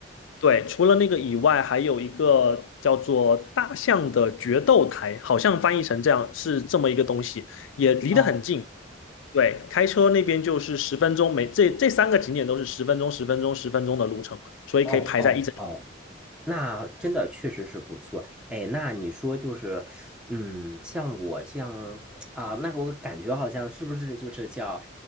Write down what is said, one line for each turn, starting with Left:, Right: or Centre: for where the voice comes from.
Left: 对，除了那个以外，还有一个叫做大象的决斗台，好像翻译成这样是这么一个东西，也离得很近。
Centre: 哦
Left: 对，开车那边就是十分钟，每这这三个景点都是十分钟、十分钟、十分钟的路程，所以可以排在一整。
Centre: 哦哦。哦那真的确实是不错，哎，那你说就是，嗯，像我像啊、那我感觉好像是不是就是叫，